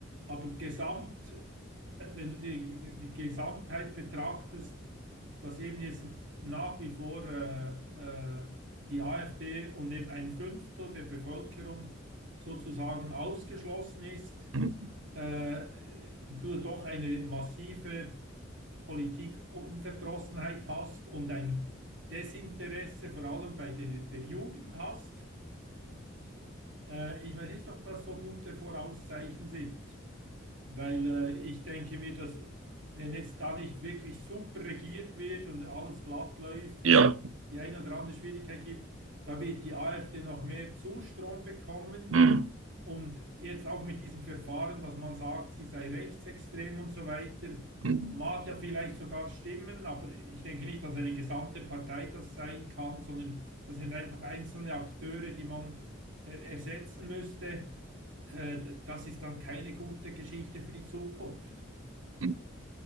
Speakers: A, on the right; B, on the right.
A: Aber gesamt, äh, wenn du die, die Gesamtheit betrachtest, dass eben jetzt nach wie vor äh, äh, die AfD und eben ein Fünftel der Bevölkerung sozusagen ausgeschlossen ist,
B: Hm.
A: äh, du doch eine massive Politikunverdrossenheit hast und ein Desinteresse vor allem bei der, der Jugend hast. Äh, ich weiß nicht, ob das so gute Vorauszeichen sind. Weil äh, ich denke mir, dass wenn jetzt da nicht wirklich super regiert wird und alles glatt läuft,
B: Ja.
A: die eine oder andere Schwierigkeit gibt, da wird die AfD noch mehr Zustrom bekommen.
B: Hm.
A: Und jetzt auch mit diesem Verfahren, dass man sagt, sie sei rechtsextrem und so weiter,
B: Hm.
A: mag ja vielleicht sogar stimmen, aber ich denke nicht, dass eine gesamte Partei das sein kann, sondern das sind einfach einzelne Akteure, die man äh, ersetzen müsste äh, das ist dann keine gute Geschichte für die Zukunft.
B: Hm.